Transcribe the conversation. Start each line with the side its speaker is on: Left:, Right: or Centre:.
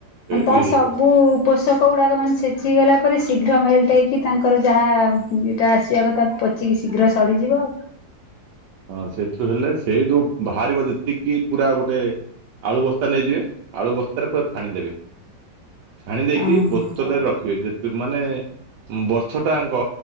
Left: ଅଁ, ତାର
Right: ଇଏ
Left: ସବୁ
Right: ହେଇଯିବ।
Left: ପୋଷକ ଗୁଡାକ ମାନେ ଛେଚିଗଲା। ପରେ ଶୀଘ୍ର ମେଲଟ୍ ହେଇକି ତାଙ୍କର ଯାହା ଇଏଟା ଆସିବା କଥା ପଚିକି ଶୀଘ୍ର ସଢିଯିବ।
Right: ହଁ ସେଥିରୁ ହେଲେ ସେଇ ଯୋଉ ବାହାରିବ ଯେତିକି ପୁରା ଗୋଟେ ଆଳୁ ବସ୍ତା ନେଇଯିବେ ଆଳୁ ବସ୍ତାରେ ପୁରା ଛାଣିଦେବେ। ଛାଣି ଦେଇକି
Left: ଆଉ
Right: ବୋତଲରେ ରଖିବେ ଯେ ସେ ମାନେ ଉଁ, ବର୍ଷ ଟାଙ୍କ